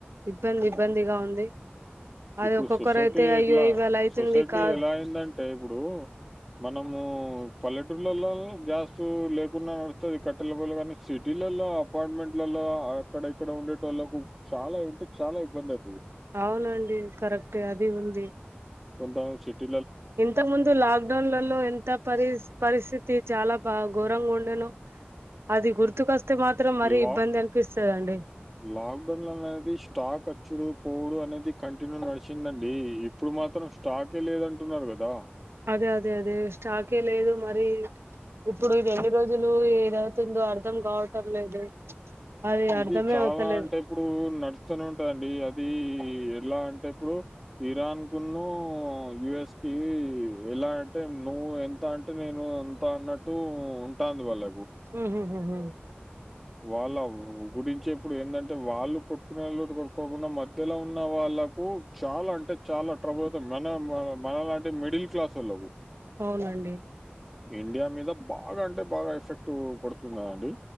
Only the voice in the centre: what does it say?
ఇప్పుడు
సొసైటీ
ఎట్లా
సొసైటీ
ఎలా అయిందంటే ఇప్పుడు మనము పల్లెటూర్లలో గ్యాస్ లేకున్నా తా కట్టలపోయిల కానీ సిటీలలో అపార్ట్మెంట్లలో అక్కడ ఇక్కడ ఉండేటోళ్లకు చాలా ఇ అంటే చాలా ఇబ్బంది ఐ
కొంత మంది సిట్
లా
లాక్డౌన్ లా అనేది స్టాక్ వచ్చుడు పోవుడు అనేది కంటిన్యూ నడిసిందండి ఇప్పుడు మాత్రం స్టాకే లేదంటున్నారు కదా
ఇది చాలా
అంటే ఇప్పుడు నడుస్తూనే ఉంటందండి అది ఎలా అంటే ఇప్పుడు ఇరాన్ కున్న యుఎస్ కి ఎలా అంటే నువ్వు ఎంత అంటే నేను ఎంత అన్నట్టు ఉంటాంది వాళ్ళ
వాళ్ళ గురించి ఇప్పుడు ఏందంటే వాళ్ళు కొట్టుకునే లో కొట్టుక్కకుండా మధ్యలో ఉన్న వాళ్ళు వాళ్లకు చాలా అంటే చాలా ట్రబుల్ అవుతుంది మన మన లాంటి మిడిల్ క్లాస్ ఓళ్ళలకు
ఇండియా మీద బాగా అంటే బాగా ఎఫెక్ట్ కొడుతున్నదండి